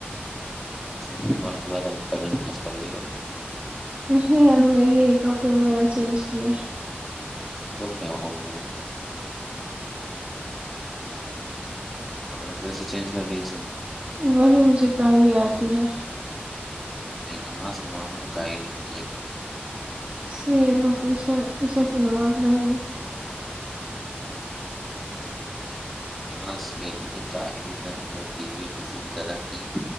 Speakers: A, in the centre; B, on the right.
A: اچھا اس فون کے بعد ہم پہلے نماز پڑھے
B: نہیں ہمیں لے کپڑے وغیرہ چینج کیے
A: تو کیا ہو گیا کپڑے پھر سے چینج کر لیجئے
B: وہی مجھے کاھیلی آتی ہے
A: نہیں نماز کے معاملے میں کاھیلی نہ کیا کیجیے
B: اسلئے بس عشاء عشاء کی نماز نہیں ہوئی
A: نماز کے لیے کاہری نہ کیجیے کسی بھی طرح کی